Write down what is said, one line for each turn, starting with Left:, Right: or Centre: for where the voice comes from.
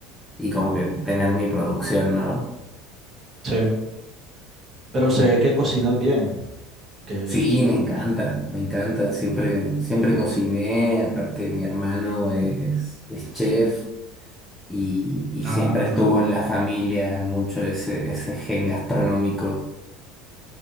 Centre: y como que tener mi producción, ¿no?
Right: sí. Pero se ve que cocinas bien, que...
Centre: Sí, me encanta, me encanta, siempre, siempre cociné, aparte mi hermano es, es chef. y, y
Right: Ah,
Centre: siempre estuvo en la familia mucho ese, ese gen gastronómico.